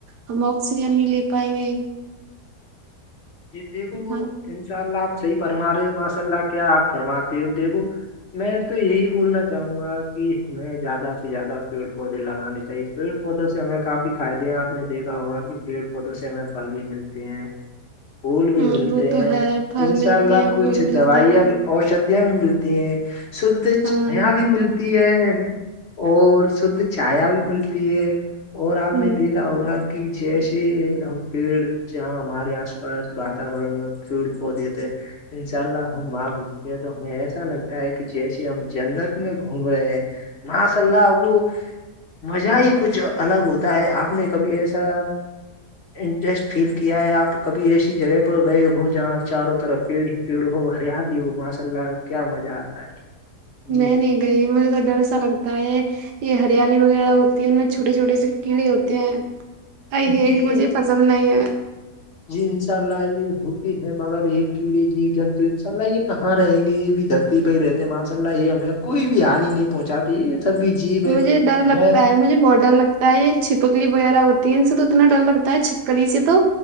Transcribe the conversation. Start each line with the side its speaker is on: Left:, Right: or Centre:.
Right: ہم آکسیجن ہی لے پائیں گے
Left: جی دیکھو
Right: ہاں
Left: انشاء اللہ آپ صحیح فرما رہے ماشاء اللہ کیا آپ فرماتے ہو دیکھو میں تو یہی بولنا چاہوں گا کہ ہم زیادہ سے زیادہ پیڑ پودے لگانے چاہیے پڑ پودوں سے ہمیں کافی فائدے ہیں آپ نے دیکا ہوگا کہ پیڑ پودوں سے ہمیں پھل بھی ملتے ہیں پھول بھی
Right: ہ
Left: ملتے
Right: وہ تو
Left: ہیں
Right: ہے پھل
Left: انشاء
Right: ملتے
Left: اللہ
Right: ہیں
Left: کچھ
Right: پھول ملتے
Left: دوائیاں
Right: ہیں
Left: بھی اوشدیاں بھی ملتی ہیں شدھ
Right: ہاں
Left: چھایا بھی ملتی ہے اور شھ چایا بھی ملتی ہے اور آپ
Right: ہ
Left: نے دیکھا ہوگا کہ جیسے ہم پیڑ جاں ہمارے آس پا پ واتورن میں سیڑ پودے تھ ان شاء اللہ ہم وہاں گھومتے ہیں تو ہمیں ایسا لگتا ہے کہ جیسے ہم جنت میں گھوم رہے ہیں مسلہ او مزہ ہی کچھ الگ ہوتا ہے آپ نے کبھی ایسا انٹرسٹ فیل کیا ہے آپ کبھی ایسی جگہ پر گئے ہو جہاں چاروں طرف پیڑ پیڑ ہو ہریالی ہو ماشاء اللہ کیا مزہ آتا ہے جی
Right: میں نہیں گئی مجھے تو ڈر سا لگتا ہے یہ ہریالی وغیرہ ہوتی ہے ان میں چھوٹے چھوٹے سے کیڑے ہوتے ہیں ائی یہ
Left: جی
Right: مجھے پزند نہیں ہے
Left: جی انشاء اللہ یہ ہوتے ہیں مگر یہ کیڑے جیو جنتو انشاء اللہ یہ کہاں رہیں گے یہ بھی در پ ہی رہتے ماشاء اللہ یہ ہمیں کوئی بھی ہانی نہیں پہنچای یہ سب جیب
Right: تو
Left: ہے
Right: مجھے ڈر لگتا
Left: ہمیں
Right: ہے مجھے بہت ڈر لگتا ہے یہ چھپکلی وغیرہ ہوتی ہے ان سے تو اتنا ڈر لگتا ہے چھپکلی سے تو